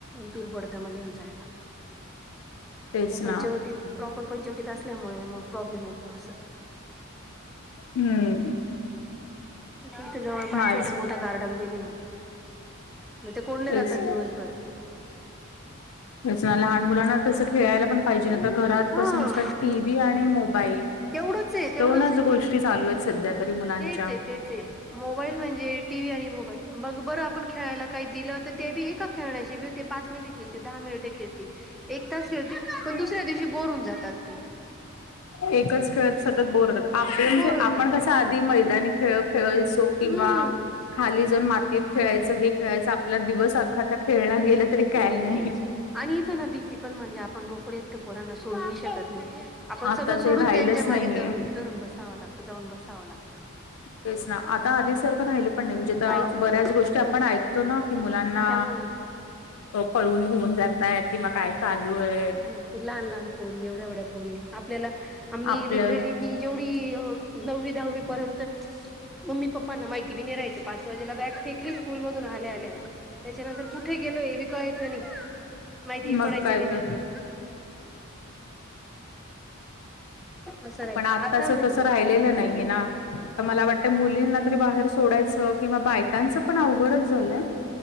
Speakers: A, in the centre; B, on the left.
A: दूर पडतं मग घेऊन जायला.
B: तेच
A: हे
B: ना
A: पंचवटीत प्रॉपर पंचवटीत असल्यामुळे मग प्रॉब्लेम येतो असं.
B: हम्म.
A: इथ जवळपास
B: माझ
A: छोटे-मोठे गार्डन बी नाही. मग ते कोणले
B: तेच
A: जातात दिवसभर‌.
B: लहान मुलांना तसं खेळायला पण पाहिजे नाही तर घरात कसं
A: हा.
B: नुसतं टी व्ही आणि मोबाईल
A: तेवढंच हाय. तेवढ
B: त्याच गोष्टी चालू आहेत. सध्या तरी मुलांच्या.
A: तेचआहे. तेच आहे. मोबाईल म्हणजे टी व्ही आणि मोबाईल मग बरं आपण खेळायला काही दिलं तर ते बी आहे का खेळण्या पाच मिनिटे खेळती दहा मिनिटे खेळती एक तास खेळती पण दुसऱ्या दिवशी बोर होउन जातात ते.
B: एकच खेळ सतत बोर होतात. आपले म्हणजे
A: बोर होतात
B: आपण कस आधी मैदानी खेळ खेळायसो. किंवा
A: हम्म
B: खाली जाऊन मातीत खेळायचं हे खेळायचं आपला दिवस आखा त्या खेळण्यात गेला. तरी काय
A: निघून
B: नाही.
A: जायचं. आणि इथं ना भीती पण म्हणजे आपण मोकळे एकटे पोरांना सोडवू शकत नाही. आपण
B: आताच
A: सगळं सोडून
B: राहिलंच
A: त्यांच्या मागे
B: नाहीये.
A: धरून धरून बसावं लागत. जाऊन बसावं लागतं.
B: तेच ना आता आधी सारखं राहिलं पण नाही. म्हणजे
A: काहीच
B: आ
A: नाही
B: बऱ्याच गोष्टी आपण ऐकतो ना. मुलांना
A: त्यामुळे
B: पळवून घेऊन जातय किं काय चालू आहे.
A: लहान-लहान पोरी एवढ्या एवढ्या पोरी आपल्याला मी
B: आपल्या
A: लिटरली मी जेवढी नववी दहावी पर्यंत मम्मी पप्पांना माहिती बी नि रायं पाच वाजेला बॅग फेकली स्कूल मधून आल्या आल्या. त्याच्यानंतर कुठे गेलो हे बी कलायचं नाही. माहिती बी
B: मग
A: पडायचं
B: काय
A: नाही
B: तर
A: त्यांना. असं राहायचं
B: पण आत्ताच
A: आता म्हणजे
B: तसं राहिलेलं नाहीये ना. आता मला वाटत मुलींना तरी बाहेर सोडायच किंवा बायकांच पण अवघडच झालंय.